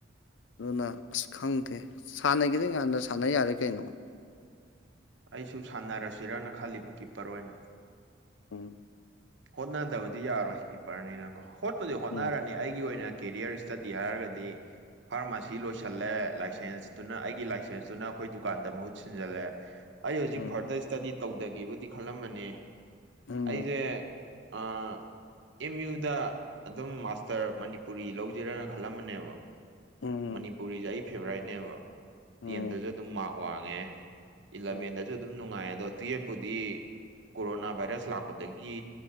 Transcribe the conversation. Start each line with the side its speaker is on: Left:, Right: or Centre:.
Left: ꯑꯗꯨꯅ ꯑꯁ ꯈꯪꯗꯦ ꯁꯥꯟꯅꯒꯦꯗꯤ ꯅꯍꯥꯟꯅ ꯁꯥꯟꯅ ꯌꯥꯔꯦ ꯀꯩꯅꯣ
Right: ꯑꯩꯁꯨ ꯁꯥꯟꯅꯔꯁꯤꯔꯥꯅ ꯈꯜꯂꯤꯕ ꯀꯤꯞꯄꯔ ꯑꯣꯏꯅ
Left: ꯎꯝ
Right: ꯍꯣꯠꯅꯗꯕꯗꯤ ꯌꯥꯔꯣꯏ ꯀꯤꯞꯄꯔꯅꯤꯅꯀꯣ ꯍꯣꯠꯄꯨꯗꯤ ꯍꯣꯠꯅꯔꯅꯤ
Left: ꯎꯝ
Right: ꯑꯩꯒꯤ ꯑꯣꯏꯅ ꯀꯦꯔꯤꯌꯔ ꯏꯁꯇꯗꯤ ꯍꯥꯏꯔꯒꯗꯤ ꯐꯥꯔꯃꯥꯁꯤ ꯂꯣꯏꯁꯤꯜꯂꯦ ꯂꯥꯏꯁꯦꯟꯁꯇꯨꯅ ꯑꯩꯒꯤ ꯂꯥꯏꯁꯦꯟꯁꯇꯨꯅ ꯑꯩꯈꯣꯏ ꯗꯨꯀꯥꯟꯗ ꯃꯍꯨꯠ ꯁꯤꯟꯖꯜꯂꯦ ꯑꯩ ꯍꯧꯖꯤꯛ
Left: ꯎꯝ
Right: ꯐꯥꯔꯗꯔ ꯏꯁꯇꯗꯤ ꯇꯧꯗꯒꯦꯕꯨꯗꯤ ꯈꯜꯂꯝꯕꯅꯦ
Left: ꯎꯝ
Right: ꯑꯩꯁꯦ ꯑꯥ ꯑꯦꯝ ꯌꯨꯗ ꯑꯗꯨꯝ ꯃꯥꯁꯇꯔ ꯃꯅꯤꯄꯨꯔꯤ ꯂꯧꯖꯤꯔꯥꯅ ꯈꯜꯂꯝꯕꯅꯦꯕ
Left: ꯎꯝ
Right: ꯃꯅꯤꯄꯨꯔꯤꯁꯦ ꯑꯩ ꯐꯦꯚꯣꯔꯥꯏꯠꯅꯦꯕ
Left: ꯎꯝ
Right: ꯇꯦꯟꯗꯁꯨ ꯑꯗꯨꯝ ꯃꯥꯔꯛ ꯋꯥꯡꯉꯦ ꯏꯂꯚꯦꯟꯗꯁꯨ
Left: ꯎꯝ
Right: ꯑꯗꯨꯝ ꯅꯨꯡꯉꯥꯏ ꯑꯗꯣ ꯇꯨꯌꯦꯞꯄꯨꯗꯤ ꯀꯣꯔꯣꯅꯥ ꯚꯥꯏꯔꯁ ꯂꯥꯛꯄꯗꯒꯤ